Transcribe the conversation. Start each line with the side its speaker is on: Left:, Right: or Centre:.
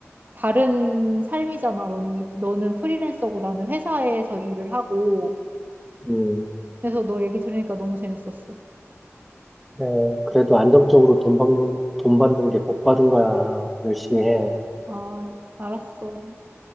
Right: 다른 삶이잖아. 너는, 너는 프리랜서고 나는 회사에서 일을 하고.
Centre: 음,
Right: 그래서 너 얘기 들으니까 너무 재밌었어.
Centre: 그래. 그래도 안정적으로 돈 받는, 돈 받는 게 복 받은 거야. 열심히 해.
Right: 아, 알았어.